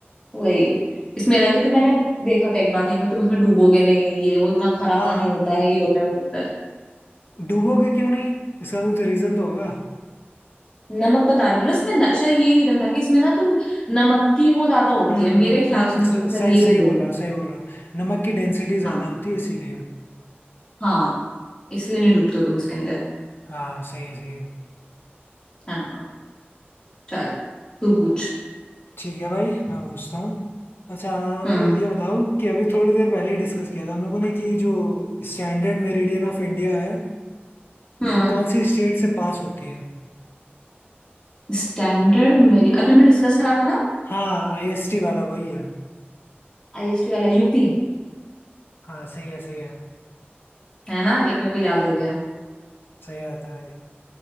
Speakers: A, on the left; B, on the left.
A: वही इसमें था क्योंकि मैंने देखा था एक बार कहीं पे तुम इसमें डूबोगे नहीं ये वो इतना खारा
B: हाँ
A: पानी होता है ये होता है वो होता है
B: डूबोगे क्यों नहीं इसका कुछ रीजन तो होगा
A: नमक बता रही हूँ ना इसमें न, शायद ये रीजन था कि इसमें ना तुम नमक की वो ज्यादा होती
B: हम्म
A: है मेरे ख्याल
B: हम्म
A: से तो
B: स-
A: इसका शायद
B: सही
A: ये
B: सही
A: रीजन
B: बोल
A: था
B: रहे हो सही बोल रहे हो नमक की डेंसिटी ज्यादा
A: हाँ
B: होती है इसीलिए
A: हाँ इसलिए नहीं डूबते हो तुम इसके अंदर
B: हाँ सही है सही है
A: हाँ चल तू पूछ
B: ठीक है भाई मैं पूछता हूँ अच्छा
A: हम्म
B: ये बताओ कि अभी थोड़ी देर पहले ही डिस्कस किया था हम लोगों ने कि जो स्टैंडर्ड मेरिडियन ऑफ इंडिया है
A: हम्म
B: वो कौन सी स्टेट से पास होती है
A: स्टैंडर्ड मेरी अभी मैं डिस्कस करा था ना
B: हाँ आईएसटी वाला वही है
A: आईएसटी वाला यूपी
B: हाँ सही है सही है
A: है ना देख मेरे को याद हो गया
B: सही आता है